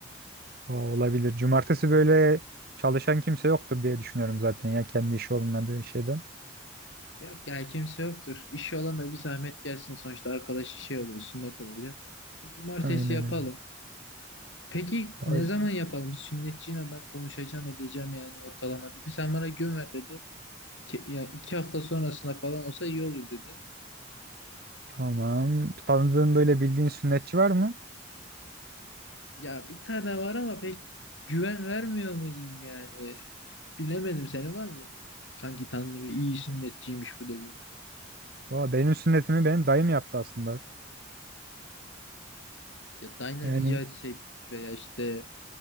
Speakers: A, on the right; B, on the left.
A: Aa, olabilir. Cumartesi böyle çalışan kimse yoktur diye düşünüyorum zaten ya kendi işi olmadığı şeyden.
B: Yok ya kimse yoktur. İşi olan da bir zahmet gelsin. Sonuçta arkadaş şey oluyor, sünnet olacak. Bir cumartesi
A: Aynen
B: yapalım.
A: öyle.
B: Peki
A: Ay,
B: ne zaman yapalım? Bir sünnetçiyle ben konuşacağım edeceğim yani ortalama dedi. Sen bana gün ver dedi. İki, ya iki hafta sonrasına falan olsa iyi olur dedi.
A: tamam. Tanıdığın böyle bildiğin sünnetçi var mı?
B: Ya bir tane var ama pek güven vermiyor mu diyeyim yani. Bilemedim senin var mı böyle kanki tanrı bir iyi sünnetçiymiş bu dediğin.
A: Valla benim sünnetimi benim dayım yaptı aslında.
B: Ya Dayna
A: Yani
B: rica etsek veya işte